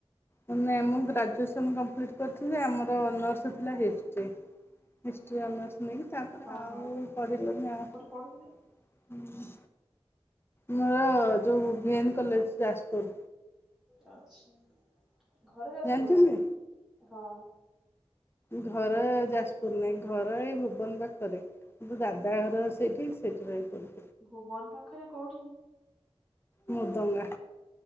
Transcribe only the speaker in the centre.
ହଁ
ହଁ
କୋଉଠି ପଢୁଥିଲେ?
ଆଛା ଘର ଯାଜପୁର
ବଧେ ହଁ।
ଭୁବନ ପାଖରେ କୋଉଠି?